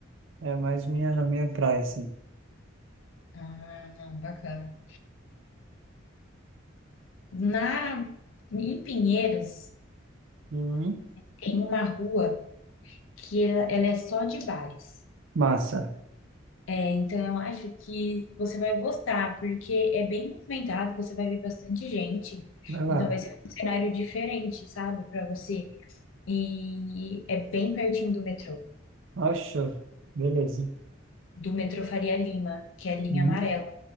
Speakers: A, on the right; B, on the left.
A: É mais minha, minha praia, assim.
B: Ah, não, bacana. Na, em Pinheiros,
A: Uhum.
B: tem uma rua que ela, ela é só de bares.
A: Massa.
B: É, Então, eu acho que você vai gostar, porque é bem movimentado, você vai ver bastante gente.
A: Legal.
B: Então, vai ser um cenário diferente, sabe, para você. E é bem pertinho do metrô,
A: Ó, show. Beleza.
B: do metrô Faria Lima, que é a linha
A: Uhum.
B: amarela.